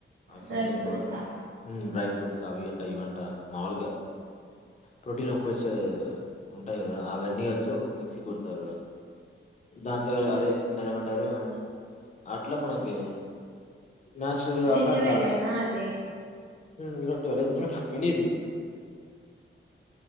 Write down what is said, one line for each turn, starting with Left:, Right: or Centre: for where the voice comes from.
Left: సంథింగ్
Right: డ్రై ఫ్రూట్సా
Left: పౌడర్ డ్రై ఫ్రూట్స్ అవి గంట ఇ వంట మాముూలుగా ప్రోటీన్ ఒకు వచ్చే ఉంటాయి కదా అవన్నీ కలిసి ఒకొ మిక్సీ కుడతారు దాంతో
Right: హ్మ్
Left: అదే ఎంతా ఏమంటారు అట్లా మనకి నాచురల్ గా
Right: రెండు
Left: ఉన్నట్లా
Right: వేలేనా అది
Left: వేయో రొండు వేలు ఉందటా మినీది